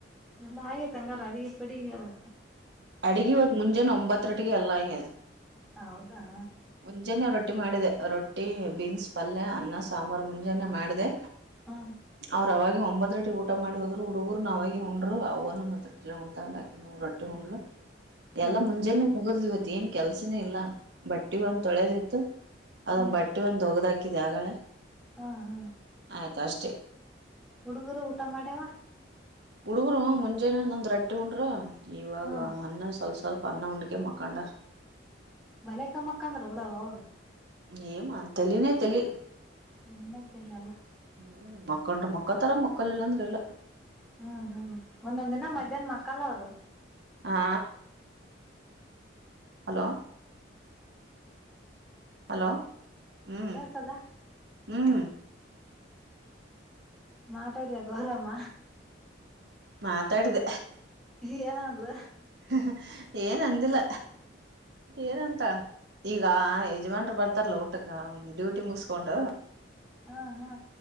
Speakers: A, in the centre; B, on the right.
A: ಎಲ್ಲ ಆಗೈತ ಹಂಗರ ಅಡಿಗಿ ಪಡಿಗಿ ಎಲ್ಲಾ
B: ಅಡಿಗಿ ಇವತ್ ಮುಂಜಾನ ಒಂಬತ್ ಹತ್ರಟಿಗೆ ಏಲ್ಲಾ ಆಗ್ಯದ
A: ಹೌದಾ
B: ಮುಂಜಾನೆ ರೊಟ್ಟಿ ಮಾಡಿದೆ ರೊಟ್ಟಿ ಬೀನ್ಸ್ ಪಲ್ಯ ಅನ್ನಾ ಸಾಂಬರ್ ಮುಂಜಾನೆ ಮಾಡದೆ
A: ಹಾ
B: ಅವ್ರ ಅವಾಗೆ ಒಂಬತ್ರ್ ಆಟಿಗೆ ಊಟಾ ಮಾಡಿ ಹೋದ್ರು ಹುಡುಗುರುನು ಅವಾಗೆ ಉಂಡ್ರು ಅವ್ವಾನು ಮತ್ ರೊಟ್ಟಿನೆ ಉಣತಾ ಅಂದ್ ಆಕಿನು ರೊಟ್ಟಿ ಉಂಡ್ಲು
A: ಹಾ
B: ಎಲ್ಲಾ ಮುಂಜಾನೆ ಮುಗುದ್ ಇವತ್ ಏನ್ ಕೆಲ್ಸನೇ ಇಲ್ಲ ಬಟ್ ಬಟ್ಟಿ ಒಂದ್ ತೊಳೆದಿತ್ತು ಅದೊಂದು
A: ಹಾ
B: ಬಟ್ಟೆ ಒಂದ ಒಗದ ಹಾಕಿದೆ ಆಗಳೆ
A: ಹ್ಮ ಹಾ
B: ಆಯ್ತ ಅಷ್ಟೇ
A: ಹುಡುಗುರು ಊಟಾ ಮಾಡ್ಯವಾ
B: ಹುಡುಗುರ್ ಹ್ಮ್ ಮುಂಜಾನೆ ಒಂದೊಂದ ರೊಟ್ಟಿ ಉಂಡ್ರು ಇವಾಗ
A: ಹಾ
B: ಅನ್ನಾ ಸ್ವಲ್ಪ ಸ್ವಲ್ಪ ಅನ್ನಾ ಉಂಡಕೆ ಮಕಂಡಾರ
A: ಬಾಲೆಕಾ ಮಕಂಡರ್ ಬಿಡವಾ ಅವ್ರು
B: ಏಮ ತಲಿನೇ ತಲಿ
A: ತಲಿನೆ ತಲಿ ಅಲ್
B: ಹ್ಮ್ ಮಕ್ಕಂಡ್ರಾ ಮಕ್ಕೋತರ ಮಕ್ಕಲಿಲ್ ಅಂದ್ರ ಇಲ್ಲ
A: ಹ್ಮ್ ಹ್ಮ್ ಒಂದೊಂದ್ ದಿನ
B: ಹ್ಮ್
A: ಮಧ್ಯಾಹ್ನ ಮಕ್ಕಲ್ಲ ಅವ್ರು
B: ಹಾ ಹಲೋ ಹಲೋ ಹ್ಮ್
A: ಕೇಳ್ತದ
B: ಹ್ಮ್
A: ಮಾತಾಡಿದ ಗೌರಮ್ಮ
B: ಮಾತಾಡ್ದ
A: ಇ ಎನಂದಲೂ
B: ಹ <inaudible> ಏನ ಅಂದಿಲ್ಲ ಏನಂತ ಈಗ ಯಜಮನ್ರು ಬರ್ತಾರಲ್ಲ ಊಟಕ್ಕೆ ಡ್ಯೂಟಿ ಮುಗಿಸಕೊಂಡು
A: ಹಾ ಹಾ